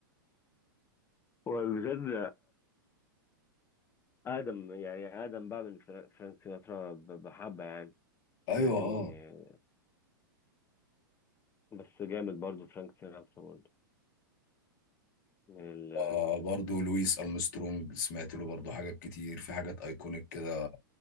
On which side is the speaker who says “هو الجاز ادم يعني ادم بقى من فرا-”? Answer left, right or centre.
Left